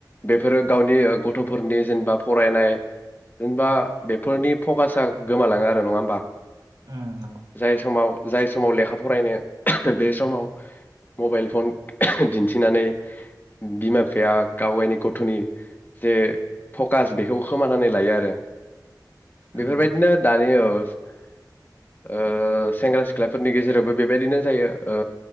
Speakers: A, on the left; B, on the right.
A: बेफोरो गावनि गथ'फोरनि जेनेबा फरायनाय जेनेबा बेफोरनि फकासा गोमालाङो आरो नङा होमबा
B: उम नंगौ
A: जाय समाव जाय समाव लेखा फरायनो बे समाव मबाइल फन दिन्थिनानै बिमा बिफाया गाव गायनि गथ'नि जे फकास बेखौ खोमानानै लायो आरो बेफोरबायदिनो
B: उम
A: दानि ओ ओ सेेंग्रा सि सिख्लाफोरनि गेजेरावबो बेबायदिनो जायो ओ